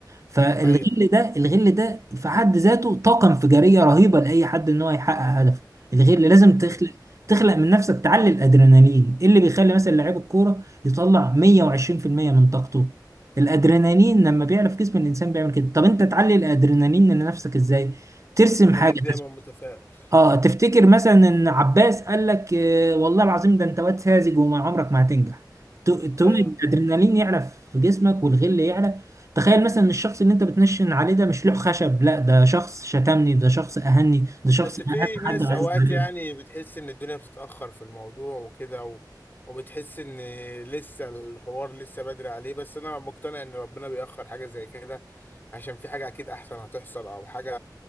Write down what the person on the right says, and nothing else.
فالغل
ده الغل ده في حد ذاته طاقه انفجاريه رهيبه لاي حد ان هو يحقق هدفه الغل لازم تخلق
تخلق من نفسك تعلي الادرينالين إيه اللي بيخلي مثلا لعيب الكوره يطلع 120% من طاقته الادرينالين لما بيعلى في جسم الانسان بيعمل كده طب انت تعلي الادرينالين لنفسك ازاي ترسم
حاجه
اه تفتكر مثلا ان عباس قال لك آه والله العظيم ده انت واد ساذج وما عمرك ما هتنجح ت- تقوم
الادرينالين
يعلى في جسمك والغل يعلى تخيل مثلا ان الشخص اللي انت بتنشن عليه ده مش لوح خشب لا ده شخص شتمني ده شخص اهني ده شخص
اهان
حد
عزيز
عليه